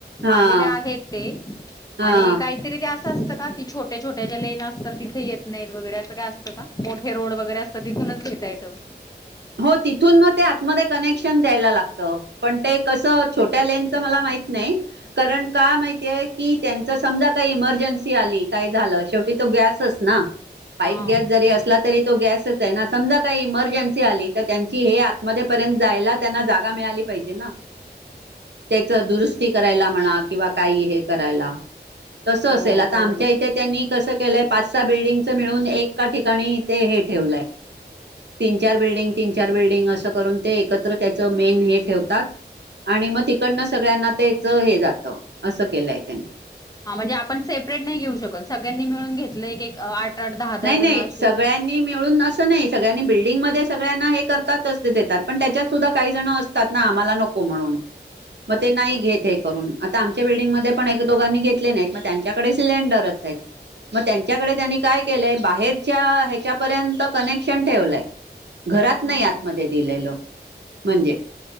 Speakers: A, on the right; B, on the left.
A: हा
B: आलेले आहेत ते, आणि
A: हा
B: काय तरी ते अस असतं का, छोट्या-छोट्या ज्या लेन असता, तिथ येत नाहीत वगैरे, असं काय अस तं का? मोठे रोड वगैरे असतात, तिथूनच घेता येतं?
A: हो तिथून म ते, आतमध्ये कनेक्शन द्यायला लागत, पण ते कसं, छोट्या लेनचं मला माहि त नही, कारण का माहितीये? की त्यांच समजा काही इमर्जन्सी आली, काय झालं, शेवटी तो गॅसच ना? पाईप
B: हा.
A: गॅस जरी असला तरी, तो गॅसच ये ना, समजा काही इमर्जन्सी आली, तर त्यांची हे आतमध्ये पर्यंत जायला, त्यांना जागा मिळाली पाहिजे ना? त्याच दुरुस्ती करायला म्हणा, किंवा काही हे करायला तसं
B: हो
A: असेल, आता
B: बरोबर.
A: आमच्या इथे त्यांनी कसं केलंय, पाच सहा बिल्डिंगच मिळून, एका ठिकाणी ते, हे ठेवलंय तीन चार बिल्डिंग, तीन चार बिल्डिंग, असं करून, ते एकत्र त्याचं मेन हे ठेवतात. आणि म तिकडनं सगळ्यांना, तेच हे जातं, असं केलंय त्यांनी.
B: हां, म्हणजे आपण सेपरेट नही घेऊ शकत, सगळ्यांनी मिळून घेतलं, एक आठ आठ दहा
A: नही-
B: दहा जण
A: नही
B: असे.
A: सगळ्यां नी, मिळून अस नही, सगळ्यांनी बिल्डिंग मध्ये सगळ्यांना हे करतातच, देतात पण त्याच्यात सुद्धा काही जण अस तात ना, आम्हाला नको म्हणून, म ते नाही
B: हा हा
A: घेत हे करुन, आता आमच्या बिल्डिंगमध्ये, पण एक दोघांनी घेतले नाहीत, मग त्यांच्याकडे सिलेंडरच येत. म त्यांच्याकडे, त्यांनी काय केलंय, बाहेरच्या ह्याच्या पर्यंत कनेक्शन ठेवलय, घरात नाही
B: हा
A: आतमध्ये.
B: हा
A: दिलेल, म्हणजे